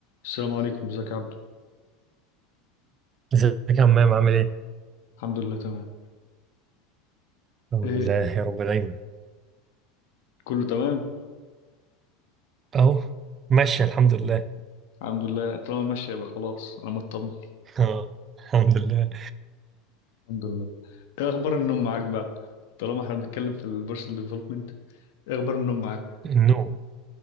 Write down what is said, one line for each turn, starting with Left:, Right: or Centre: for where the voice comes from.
Left: السلام عليكم ازيك يا عبدو
Right: ازيك يا عمام عامل ايه؟
Left: الحمد لله تمام
Right: الحمد
Left: ايه
Right: لله يا رب دايما
Left: كله تمام
Right: اهو ماشي الحمد لله
Left: الحمد لله طالما ماشي يبقى خلاص انا مطمن
Right: <laughs> اه الحمد لله
Left: الحمد لله ايه اخبار النوم معاك بقى طالما احنا بنتكلم في البيرسونال ديفلوبمنت ايه اخبار النوم معاك
Right: النوم